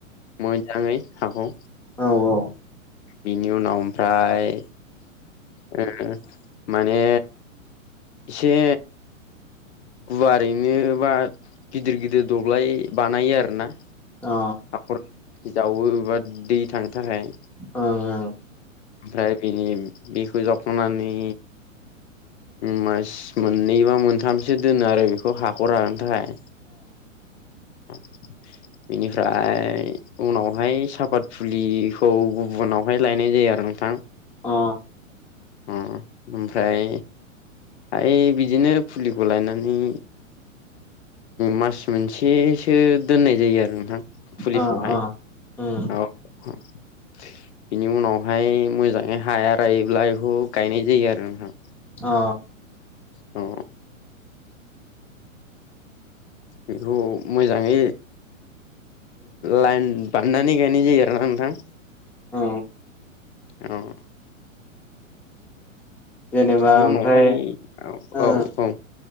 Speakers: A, on the left; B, in the centre.
A: मोजांङै हाखौ
B: औ औ
A: बिनि उनाव ओमफ्राय ओ माने एसे गुवार ओरैनो बा गिदिर गिदिर दबलाय बानायो आरो ना।
B: अ
A: खर' जावो बा दै थांनो थाखाय।
B: ओं ओं
A: ओमफ्राय बिनि बिखौ जावखांनानै मास मोननैबा मोनथामसो दोनो आरो बेखौ हाखौ राननो थाखाय। ओम बेनिफ्राय उनावहाय सापात फुलिखौ गुबुनावहाय लायनाय जायो आरो। नोंथां?
B: अ
A: अ ओमफ्राय माने बिदिनो फुलिखौ लायनानै मास मोनसेसो दोननाय जायो आरो नोंथां। फुलिखौहाय
B: अ उम
A: औ बिनि उनाव हाय मोजांङै हाया रायोब्ला बेखौ गायनाय जायो आरो ना नोंथां।
B: अ
A: औ बेखौ मोजांङै लाइन बानायनानै गायनाय जायो आरोना नोंथां।
B: औ
A: औ
B: जेनेबा
A: बेनि
B: ओमफ्राय
A: उनावहाय औ
B: ओ
A: औ औ